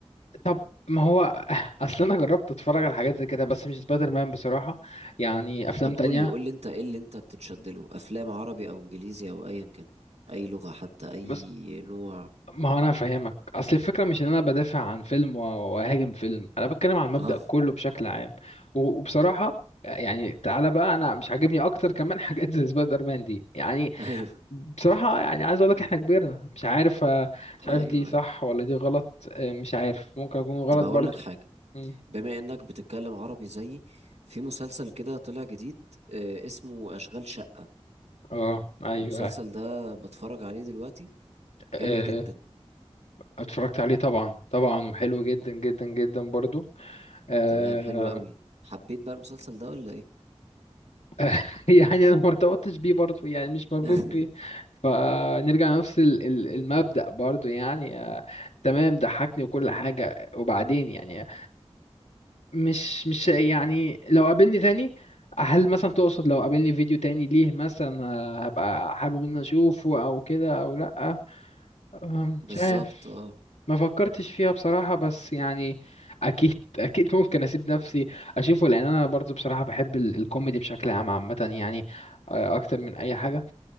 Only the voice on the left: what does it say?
طب ما هو آه، أصل أنا جربت أتفرج على حاجات زي كده بس مش سبايدر مان بصراحة يعني أفلام
تانية
بس
ما هو انا فاهمك اصل الفكره مش ان انا بدافع عن فيلم و- واهاجم فيلم انا بتكلم عن المبدأ
كله بشكل عام و- وبصراحه يعني تعالى بقى انا مش عاجبني اكتر كمان <laughs> حاجات زي سبايدر مان دي يعني
بصراحه يعني عايز اقول لك احنا كبرنا مش عارف آه، مش
عارف دي صح
ولا دي غلط آه، مش عارف ممكن اكون غلط
برضو
مم.
اه ايوه
آه،
اتفرجت عليه طبعا طبعا وحلو جدا جدا جدا برضو آه،
<laughs> يعني انا ما ارتبطتش بيه برضه يعني مش مربوط
بيه فنرجع لنفس ال- ال- المبدأ برضه يعني آه، تمام ضحكني وكل حاجة وبعدين يعني آه، مش مش يعني لو قابلني تاني هل مثلا تقصد لو قابلني فيديو تاني ليه مثلا آه، هبقى حابب ان أنا اشوفه او كده او لا أم،
مش عارف
ما فكرتش فيها بصراحة بس يعني أكيد <laughs> أكيد ممكن أسيب نفسي أشوفه لأن أنا برضو بصراحة بحب ال- الكوميدي بشكل عام عامة يعني آه، أكتر من أي حاجة